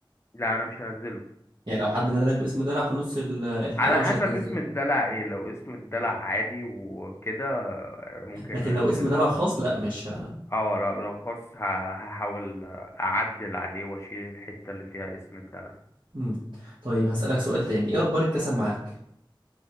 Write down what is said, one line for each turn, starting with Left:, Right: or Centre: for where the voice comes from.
Left: لا انا مش هنزله
Right: يعني لو حد نادى لك باسم دلع في نص ال- الحلقه
Left: على
Right: مش
Left: حسب
Right: هتنزله
Left: اسم الدلع ايه لو اسم الدلع عادي وكده آه، ممكن
Right: لكن
Left: ننزله
Right: لو اسم دلع خاص لا مش ه...
Left: اه لا لو خاص ه- هحاول اعدل عليه واشيل الحتة اللي فيها اسم الدلع
Right: مم. طيب هسألك سؤال تاني ايه اخبار الكسل معاك